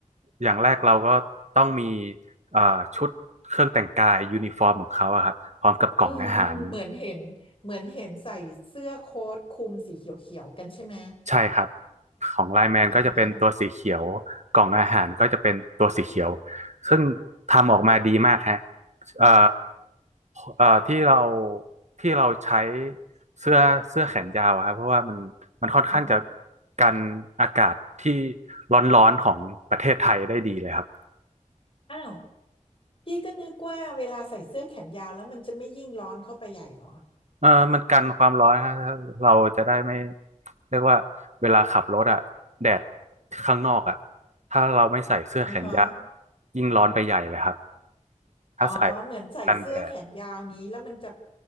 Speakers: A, on the right; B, on the left.
A: อย่างแรกเราก็ต้องมีเอ่อชุดเครื่องแต่งกายยูนิฟอร์มของเขาอะครับพร้อมกับกล่องอาหาร
B: อืมอืมเหมือนเห็นเหมือนเห็นใส่เสื้อโค้ทคลุมสีเขียวๆกันใช่ไหม
A: ใช่ครับของไลน์แมนก็จะเป็นตัวสีเขียวกล่องอาหารก็จะเป็นตัวสีเขียว
B: อ่าฮะ
A: ซึ่งทำออกมาดีมากฮะเอ่อเอ่อที่เราที่เราใช้เสื้อเสื้อแขนยาวอะครับเพราะว่ามันมันค่อนข้างจะ
B: อืม
A: กันอากาศที่ร้อนๆของประเทศไทยได้ดีเลยครับ
B: อ้าว พี่ก็นึกว่าเวลาใส่เสื้อแขนยาวแล้วมันจะไม่ยิ่งร้อนเข้าไปใหญ่เหรอ
A: เออมันกันความร้อนฮะเราจะได้ไม่เรียกว่าเวลาขับรถอะแดดข้างนอกอะถ้าเราไม่ใส่เสื้อแขนยาว
B: อ่าฮะ
A: ยิ่งร้อนไปใหญ่เลยครับถ้าใส่
B: อ๋อเหมือนใส่เสื้อแขนยาวนี้แล้วมันจะ
A: กันแดด